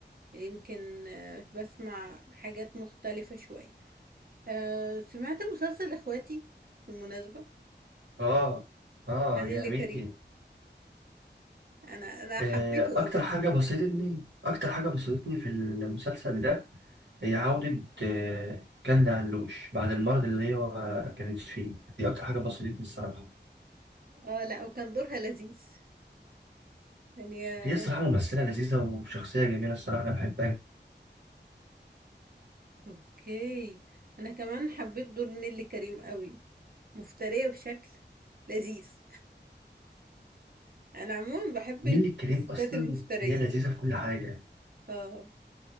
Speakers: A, on the right; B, on the right.
A: يمكن آه، بسمع حاجات مختلفة شوية آه، سمعت مسلسل اخواتي بالمناسبة
B: آه آه
A: عن اللي
B: جميل
A: كريم انا انا
B: آه،
A: حبيته
B: أكتر
A: قوي
B: حاجة بسطتني أكتر حاجة بسطتني في المسلسل ده هي عودة آه، كندا علوش بعد المرض اللي هي كانت فيه دي أكتر حاجة بسطتني الصراحة
A: اه لا وكان دورها لذيذ يعني آه،
B: هي الصراحة ممثلة لذيذة وشخصية جميلة الصراحة أنا بحبها
A: اوكي انا كمان حبيت دور نيللي كريم قوي مفترية بشكل لذيذ انا عموما بحب
B: نيللي
A: ال-
B: الكريم
A: الستات
B: اصلا
A: المفترية
B: هي لذيذه في كل حاجه
A: اه